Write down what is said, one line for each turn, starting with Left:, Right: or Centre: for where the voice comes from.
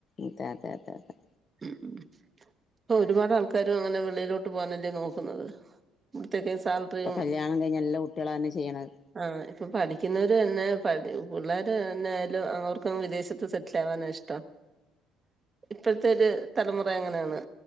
Left: അതെ അതെ അതെ അതെ
Right: ഉം ഉ ഇപ്പൊ ഒരുപാട് ആൾക്കാരും അങ്ങനെ വെളിയിലോട്ട് പോകാനല്ലേ നോക്കുന്നത്. തെരിയസാലറിയും
Left: ഇപ്പൊ കല്യാണം കഴിഞ്ഞ എല്ലാ കുട്ടികളും അതന്നെ ചെയ്യണത്
Right: ആഹ് ഇപ്പം പഠിക്കുന്നവര് തന്നെ പഠി പുള്ളാര് തന്നെ ആയാലും അവർക്കും വിദേശ ത്ത് സെറ്റിൽ ആവാനാ ഇഷ്ടം ഇപ്പോഴത്തെ ഒരു തലമുറ അങ്ങനെയാണ്.